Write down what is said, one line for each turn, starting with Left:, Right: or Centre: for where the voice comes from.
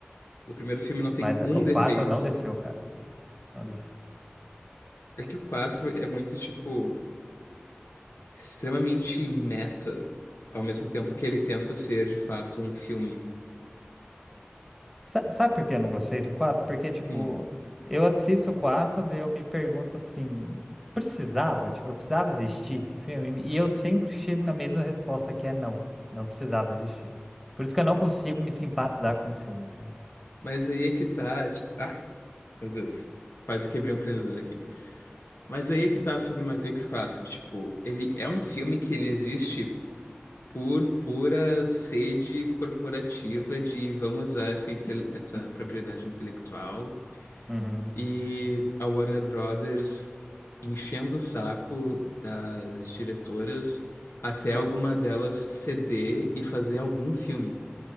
Left: o primeiro filme não tem
Centre: Mas
Left: um
Centre: o 4
Left: defeito.
Centre: não desceu, cara, não desceu.
Left: É que o 4
Centre: S-
Left: é muito, tipo, extremamente meta, ao mesmo tempo que ele tenta ser, de fato, um filme.
Centre: sa- sabe por que eu não gostei do 4? Porque, tipo,
Left: Hum.
Centre: eu assisto o 4 e eu me pergunto, assim, precisava? Tipo, precisava existir esse filme? E eu sempre chego na mesma resposta, que é não, não precisava existir. Por isso que eu não consigo me simpatizar com o filme, entendeu?
Left: Mas aí é que tá. tipo, ah, Meu Deus. Quase quebrei um empreendedor aqui. Mas aí é que tá sobre Matrix quatro, Tipo, ele é um filme que ele existe por pura sede corporativa de vamos usar essa, inte- essa propriedade intelectual
Centre: Uhum,
Left: e a Warner Brothers enchendo o saco das diretoras até alguma delas ceder e fazer algum filme.